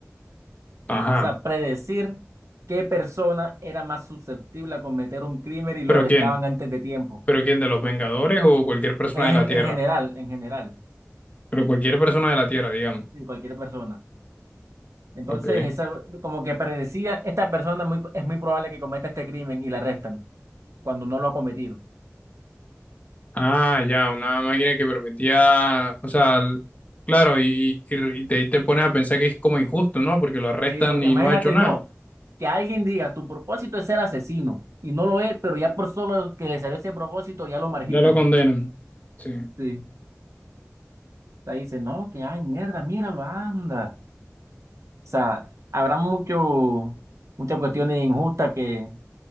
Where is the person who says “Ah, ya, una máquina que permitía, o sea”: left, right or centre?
Left